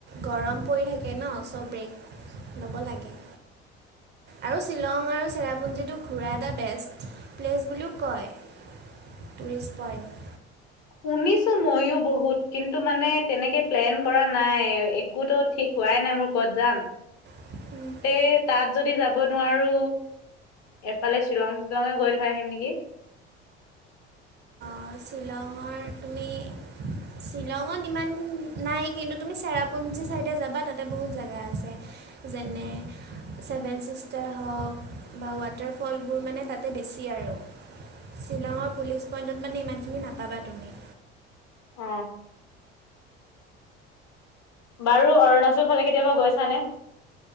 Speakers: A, on the right; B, on the left.
A: গৰম পৰি থাকে ন চৌ ব্ৰেক ল'ব লাগে। আৰু শ্বিলং আৰু চেৰাপুঞ্জীটো ঘূৰা এটা বেষ্টত প্লেচ বুলিও কয়। Tourist point.
B: শুনিছো মইও বহুত, কিন্তু মানে তেনেকে প্লেন কৰা নাই। কুতত ঠিক হোৱাই নাই মোৰ ক'ত যাম।
A: উম
B: এ তাত যদি যাব নোৱাৰো, এফালে শ্বিলং শ্বিলঙে গৈ থৈ আহিম নেকি।
A: অঁ, শ্বিলঙৰ তুমি শ্বিলঙত ইমান নাই কিন্তু, তুমি চেৰাপুঞ্জী চাইডে যাবা তাতে বহুত জেগা আছে। যেনে ছেভেন ছিষ্টাৰ হওঁক। বা ৱাটাৰ ফল বোৰ মানে তাতে বেছি আৰু, শ্বিলঙৰ পুলিচ পইন্টত মানে ইমান খিনি নাপাবা তুমি।
B: অ বাৰু অৰুণাচল ফালে কেতিয়াবা গৈছা নে?